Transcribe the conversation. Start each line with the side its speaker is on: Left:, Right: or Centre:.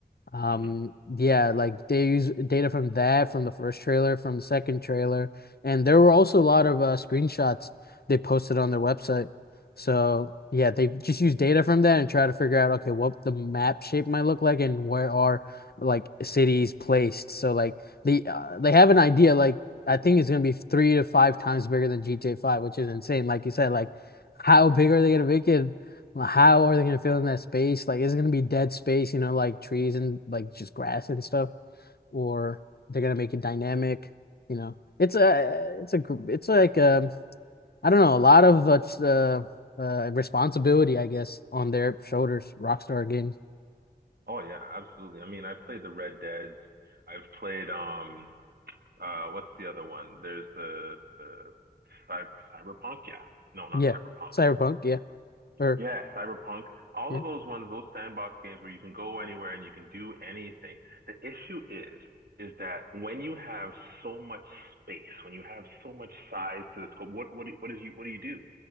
Left: Um,
Right: hmm
Left: yeah, like they use data from that, from the first trailer, from the second trailer, and there were also a lot of uh, screenshots they posted on their website. So yeah, they just use data from that and try to figure out okay what the map shape might look like and where are like cities placed. So like the uh, they have an idea. Like I think it's gonna be three to five times bigger than GTA 5, which is insane. Like you said, like how big are they gonna make it? Like, How are they gonna fill in that space? Like, is it gonna be dead space, you know, like trees and like just grass and stuff? Or they're gonna make it dynamic, you know? It's a, it's a, it's like um, I don't know, a lot of uh, uh, uh, responsibility, I guess, on their shoulders. Rockstar Games,
Right: Oh yeah, absolutely. I mean, I played the Red Deads. I've played um uh what's the other one? There's the the cyber Cyberpunk, yeah. No, not
Left: yeah,
Right: Cyberpunk.
Left: Cyberpunk, yeah, or
Right: Yeah, Cyberpunk. All
Left: yeah,
Right: of those ones, those sandbox games where you can go anywhere and you can do anything. The issue is is that when you have so much space, when you have so much size to the scope, what what do- what is you what do you do?